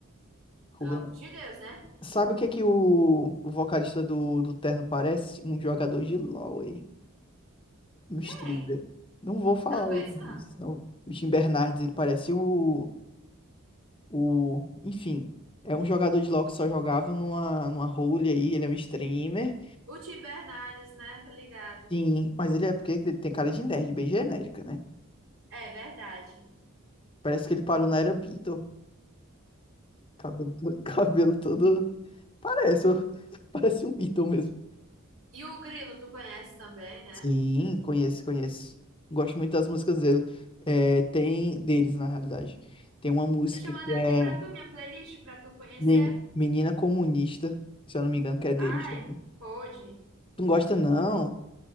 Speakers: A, on the left; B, on the right.
A: Rubel
B: Pelo amor
A: não.
B: de Deus, né?
A: Sabe o que é que o, o vocalista do, do Terno parece? Um jogador de LoL aí, um
B: Quem?
A: streamer. Não vou falar
B: Eu não conheço,
A: o nome,
B: não.
A: senão o Tim Bernardes, ele parece o O, enfim, é um jogador de LoL que só jogava numa, numa role aí, ele é um streamer.
B: O Tim Bernardes, né? Tá ligada.
A: Sim, mas ele é porque ele tem cara de nerd, bem genérica, né?
B: É verdade.
A: Parece que ele parou na era Beatle. Cabelo, to- <laughs> cabelo todo. Parece, <laughs> parece um Beatle mesmo.
B: E o Grilo, tu conhece também, né?
A: Sim, conheço, conheço. Gosto muito das músicas dele. É, tem deles, na realidade. Tem uma música
B: Deixa eu
A: que
B: mandar
A: é
B: aqui pra tu minha playlist pra tu conhecer.
A: Men- Menina Comunista, se eu não me engano, que é deles
B: Ai,
A: também.
B: pode.
A: Tu não gosta, não?